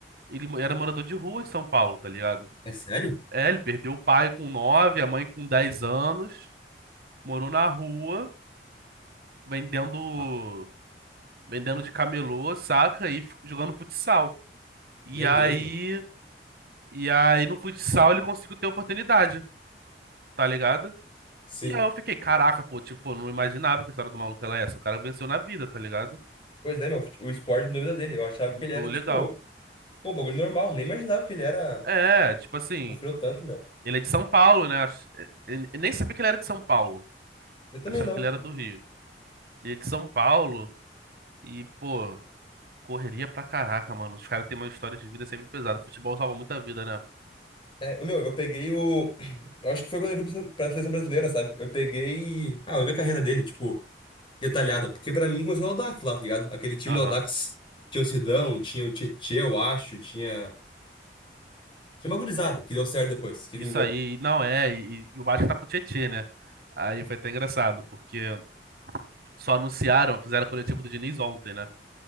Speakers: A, on the right; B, on the left.
A: ele mo- era morador de rua em São Paulo, tá ligado?
B: É sério?
A: É, ele perdeu o pai com 9, a mãe com 10 anos, morou na rua, vendendo,
B: Ah,
A: vendendo de camelô, saca? E fico- jogando futsal. E
B: meu
A: aí,
B: Deus, meu.
A: e aí no futsal ele conseguiu ter oportunidade, tá ligado?
B: Sim.
A: E aí eu fiquei, caraca, pô, tipo, eu não imaginava que a história do maluco era essa. O cara venceu na vida, tá ligado?
B: Pois é, meu. O esporte me a vida dele. Eu achava
A: Mudou,
B: que ele era, tipo,
A: legal.
B: pô, bagulho normal. Nem imaginava que ele era.
A: É, tipo assim,
B: Sofreu tanto, meu.
A: ele é de São Paulo, né? Acho- Eu eu nem sabia que ele era de São Paulo.
B: Eu também
A: Eu Achava
B: não.
A: que ele era do Rio. Ele é de São Paulo e, pô, correria pra caraca, mano. Os caras têm uma história de vida sempre pesada. Futebol salva muita vida, né?
B: É, meu, eu peguei o. <clears throat> Eu acho que foi quando ele foi pra pra seleção brasileira, sabe? Eu peguei. Ah, eu vi a carreira dele, tipo, detalhada. Porque pra mim começou no Audax lá, tá ligado? Aquele time
A: Aham.
B: do Audax tinha o Sidão, tinha o Tietê, eu acho, tinha. Tinha uma gurizada que deu certo depois, que vingou.
A: Isso aí, não é. E, e o Vasco tá com o Tietê, né? Aí foi até engraçado, porque só anunciaram, fizeram o coletivo do Diniz ontem, né?